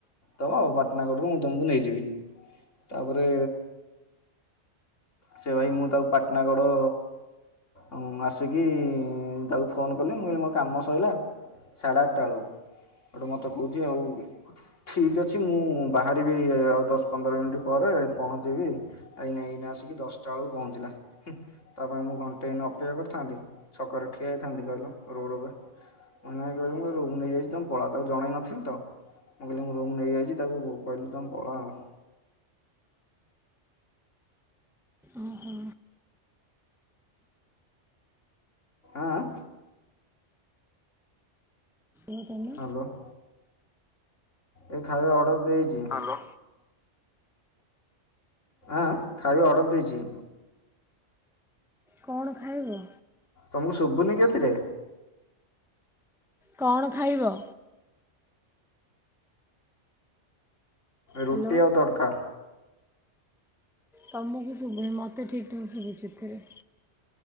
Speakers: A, on the left; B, in the centre.
A: ତ ଆଉ ପାଟନା କଡ଼ରୁ ମୁଁ ତୁମକୁ ନେଇଯିବି ତାପରେ ସେ ଭାଇ ମୁଁ ତାକୁ ପାଟନାଗଡ଼ ଅଉଁ ଆସିକି ତାକୁ ଫୋନ୍ କଲି ମୁଁ କହିଲି ମୋ କାମ ସଇଲା। ସାଢେ ଆଟା ବେଳୁ। ହେଟୁ ମୋତେ କହୁଚି ଆଉ ଠିକ୍ ଅଛି ମୁଁ ବାହାରିବି ଆଉ ଦଶ ପନ୍ଦର ମିଣ୍ଟି ପରେ ପହଞ୍ଚିବି ଆଇ ନେଇନା ଆସିକି ଦଶଟା ବେଳକୁ ପହଞ୍ଚିଲା ହୁଁ। ତା ପାଇଁ ମୁଁ ଘଣ୍ଟେ ଏଇନେ ଅପେକ୍ଷା କରିଥାନ୍ତି ଛକରେ ଠିଆ ହେଇଥାନ୍ତି କହିଲ ରୋଡ଼ ଉପରେ। ମ ନାହିଁ କହିଲେ ମୁ ରୁମ୍ ନେଇଯାଇଚି ତମ ପଳା ତାକୁ ଜଣେଇ ନଥିଲି ତ। ମୁଁ କହିଲି ମୁଁ ରୁମ୍ ନେଇଯାଇଚି ତାକୁ କହିଲି ତମେ ପଳା ଆଉ।
B: ଓହୋ।
A: ଆଁ ଆ
B: ଏ ହୋ ତମ
A: ହ୍ୟାଲୋ ଏ ଖାଇବା ଅର୍ଡ଼ର ଦେଇଚି।
B: ଲୋ।
A: ଆଁ ଖାଇବା ଅର୍ଡ଼ର ଦେଇଚି।
B: କଣ ଖାଇବ?
A: ତୁମକୁ ଶୁଭୁନି କି ଏଥିରେ?
B: କଣ ଖାଇବ?
A: ରୁଟି
B: ହ୍ୟାଲୋ
A: ଆଉ ତଡ଼କା।
B: ତମକୁ ଶୁଭୁନି ମୋତେ ଠିକ୍ ଠାକ୍ ଶୁଭୁଚି ଏଥିରେ।